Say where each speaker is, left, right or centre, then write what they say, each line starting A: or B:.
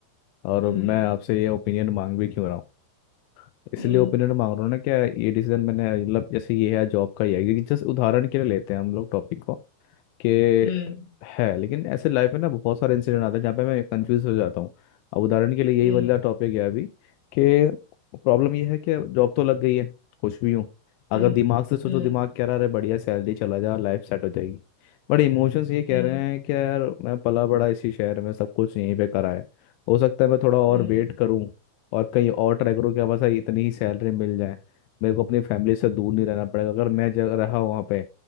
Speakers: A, on the left (about 85°); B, on the left (about 40°).
A: और
B: हम्म
A: मैं आपसे ये ओपिनियन मांग भी क्यों रहा हूँ इसलिए
B: हम्म
A: ओपिनियन मांग रहा हूँ ना क्या ये डिसीजन मैंने मतलब जैसे ये है जॉब का ही है क्योंकि जस्ट उदाहरण के लिए लेते हैं हम लोग टॉपिक को कि
B: हम्म
A: है लेकिन ऐसे लाइफ में ना बहुत सारे इंसिडेंट आते हैं जहाँ पे मैं कंफ्यूज हो जाता हूँ अब उदाहरण के लिए यही
B: हम्म
A: वाला टॉपिक है अभी कि प्रॉब्लम ये है कि जॉब तो लग गई है खुश भी हूँ अगर
B: हम्म
A: दिमाग से सोचो
B: हम्म
A: दिमाग कह रहा है बढ़िया सैलरी चला जा लाइफ सेट हो जाएगी बट इमोशंस ये कह
B: हम्म
A: रहे हैं कि यार मैं पला बड़ा इसी शहर में सब कुछ यहीं पे करा है हो सकता है मैं थोड़ा और
B: हम्म
A: वेट करूँ और कहीं और ट्राई करूँ कि हाँ, बस इतनी ही सैलरी मिल जाए मेरे को अपनी फैमिली से दूर नहीं रहना पड़ेगा अगर मैं जगह रहा वहाँ पे